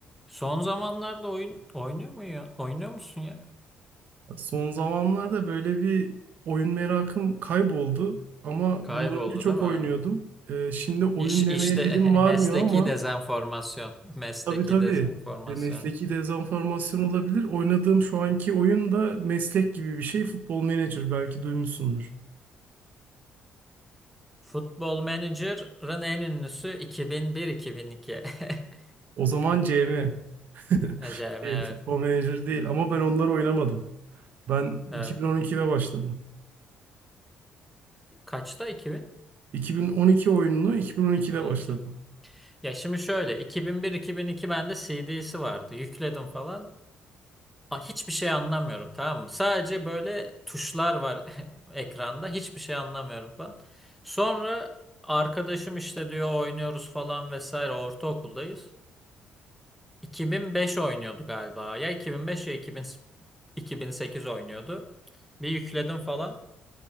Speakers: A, in the centre; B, on the right.
A: Son zamanlarda oyun oynuyor mu ya? Oynuyor musun ya?
B: Son zamanlarda böyle bir oyun merakım kayboldu ama
A: Kayboldu
B: bundan önce çok
A: değil mi?
B: oynuyordum. Ee, şimdi oyun
A: İş işte
B: demeye dilim
A: <laughs>
B: varmıyor
A: mesleki
B: ama
A: dezenformasyon. Mesleki
B: tabii tabii
A: dezenformasyon.
B: e, mesleki dezenformasyon olabilir. Oynadığım şu anki oyun da meslek gibi bir şey. Futbol Manager belki duymuşsundur.
A: Futbol Manager'ın en ünlüsü 2001-2002. <laughs>
B: O zaman CM. <laughs>
A: Acayip
B: E,
A: evet.
B: futbol Manager değil ama ben onları oynamadım. Ben
A: Evet.
B: 2012'de başladım.
A: Kaçta 2000?
B: 2012 oyununu 2012'de
A: 2012.
B: başladım.
A: Ya şimdi şöyle 2001-2002 bende CD'si vardı. Yükledim falan. Ha, hiçbir şey anlamıyorum tamam mı? Sadece böyle tuşlar var <laughs> ekranda. Hiçbir şey anlamıyorum falan. Sonra arkadaşım işte diyor oynuyoruz falan vesaire. Ortaokuldayız. 2005 oynuyordu galiba. Ya 2005 ya 2000, 2008 oynuyordu. Bir yükledim falan.